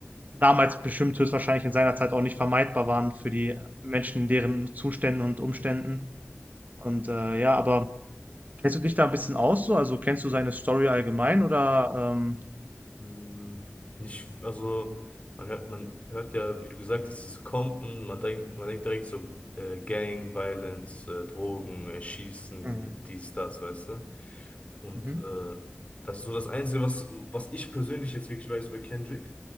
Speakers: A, on the right; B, on the left.
A: damals bestimmt höchstwahrscheinlich in seiner Zeit auch nicht vermeidbar waren für die Menschen in deren Zuständen und Umständen. Und äh, ja, aber kennst du dich da ein bisschen aus so? Also kennst du seine Story allgemein oder ähm,
B: Mhm. Nicht, also man hört, man hört ja, wie du gesagt hast, dieses Compton, man denkt, man denkt direkt so äh, Gang, Violence, äh, Drogen, äh, Schießen,
A: mhm.
B: dies, das, weißt du? Und
A: Mhm.
B: äh, das ist so das Einzige, was, was ich persönlich jetzt wirklich weiß über Kendrick.